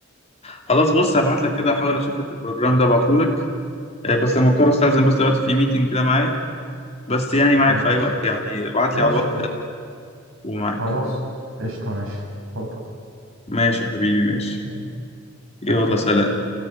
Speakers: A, on the left; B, on the right.
A: خلاص بص هبعت لك كده احاول اشوف لك البروجرام ده ابعته لك آه، بس لما اضطر استاذن بس دلوقتي في ميتنج كده معايا بس يعني معاك
B: آه
A: في
B: ماشي
A: اي وقت يعني ابعت
B: ماشي
A: لي على الوقت
B: ماشي
A: ومعاك
B: خلاص قشطة ماشي اتفضل
A: ماشي يا حبيبي ماشي
B: آه،
A: يلا
B: سلام
A: سلام